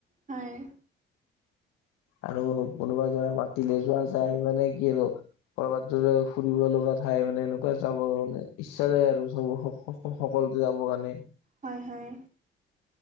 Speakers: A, on the right (about 35°); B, on the left (about 90°).
A: হয়।
B: আৰু কোনোবা ধৰা মাতিলে যোৱা যায় মানে কি আৰু কৰবাত ধৰা ফুৰিব লগা - ঠাই মানে এনেকুৱা যাব মন যায়, ইচ্ছা যায় আৰু চব স স সকলোকে যাব কাৰণে -
A: হয় হয়।